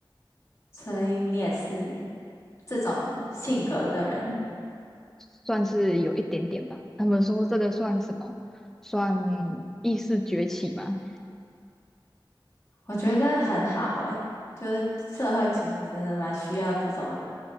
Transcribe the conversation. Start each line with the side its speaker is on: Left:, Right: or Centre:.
Left: 所以你也是这种性格的人，
Centre: 算是有一点点吧。他们说这个算什么？算意识崛起吗？
Left: 我觉得很好诶、就是社会其实真的蛮需要这种人，